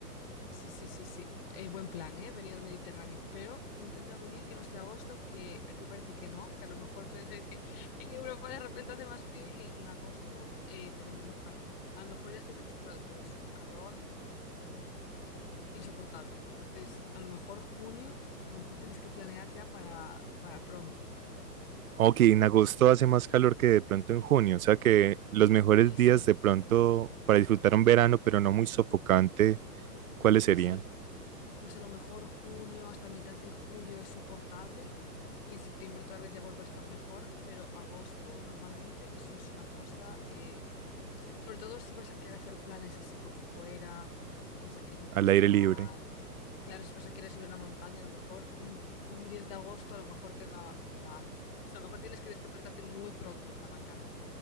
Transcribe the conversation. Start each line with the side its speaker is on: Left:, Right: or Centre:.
Left: Sí, sí, sí, sí. Eh, buen plan, ¿eh? Venir al Mediterráneo. Pero intenta venir que no sea agosto, que aquí parece que no, que a lo mejor pensáis que en Europa de repente hace más frío y en agosto eh, tremendo calor, ¿eh? A lo mejor ya estáis acostumbrados, pero es un calor. insoportable. Entonces, a lo mejor junio, a lo mejor tienes que planear ya para, para pronto.
Right: Ok, en agosto hace más calor que de pronto en junio, o sea que los mejores
Left: Sí,
Right: días
Left: sí,
Right: de pronto para disfrutar un verano, pero no muy sofocante ¿Cuáles
Left: sí,
Right: serían?
Left: sí. pues a lo mejor junio hasta mitad de julio es soportable y en septiembre otra vez ya vuelve a estar mejor, pero agosto normalmente eso es una cosa, eh, sobre todo si vas a querer hacer planes así por fuera, vas a querer pasear,
Right: Al aire libre.
Left: claro, si vas a querer subir una montaña, a lo mejor un, un 10 de agosto a lo mejor te da, te da algo. O sea, a lo mejor tienes que despertarte muy pronto en la mañana,